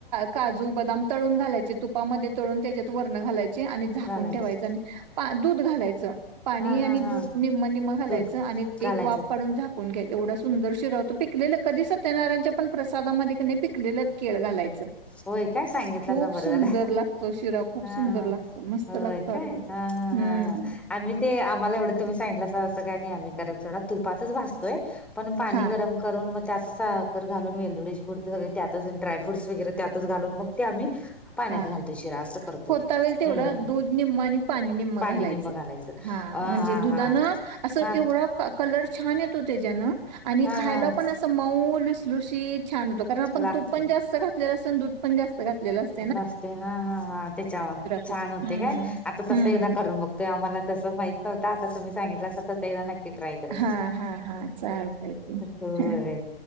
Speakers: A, on the right; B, in the centre.
A: काजू बदाम तळून घालायचे तुपामध्ये तळून त्याच्यात वरणं घालाय आणि झाकून
B: घालायचं
A: ठेवायच आणि पा दूध घालायचं पाणी
B: हा
A: आणि
B: हा
A: दूध
B: हा
A: निम्म निम्म घालायचं
B: दूध
A: आणि
B: घालायचं
A: एक वाफ काढून झाकू न एवढ सुंदर शिरा होतो पिकलेलं कधी सत्यनारायच्या पण प्रसादामध्ये पिकलेलं केळ घालायचं
B: होय काय सांगितलासा
A: खूप
B: बरं
A: सुंदर
B: झालं
A: लागतो शिरा खूप
B: हा
A: सुंदर लागतो मस्त
B: हा
A: लागतो
B: होय
A: अगदी
B: काय हा हा
A: हम्म
B: हा हा आम्ही ते आम्हाला एवढं तुम्ही सांगितलासा असं काही नाही आम्ही करत सोडा तुपातच भाजतोय पण पाणी
A: हा
B: गरम करून मग त्यातच साखर घालून वेलदोडीची पूड ते सगळं त्यातच ड्रायफ्रुट्स वगैरे त्यातच घालून मग ते आम्ही पाण्यात
A: हा
B: घालतोय शिरा असं करतोय
A: होता होईल तेवढं
B: हम्म
A: दूध निम्म आणि पाणी निम्म
B: पाणी निम्म घालायचं.
A: हा
B: अ
A: म्हणजे दुधानं
B: हा
A: असं
B: हा
A: एवढं कलर छान येतो त्याच्यान आणि
B: हा
A: खायला
B: हा
A: पण असं मऊ लसलुशीत छान होतो. कारण आपण
B: लागतय
A: तूप पण जास्त घातलेलं असत आणि दूध पण जास्त घातलेलं असतं
B: म असते हा हा हा त्याच्यावर
A: खूप
B: छान होते
A: हम्म
B: काय आता तस
A: हम्म
B: एकदा कर मग ते आम्हाला तसं माहित नव्हत आता तुम्ही सांगितला अस एकदा नक्की ट्राय करीन
A: हा हा हा चालतंय की
B: होय
A: हं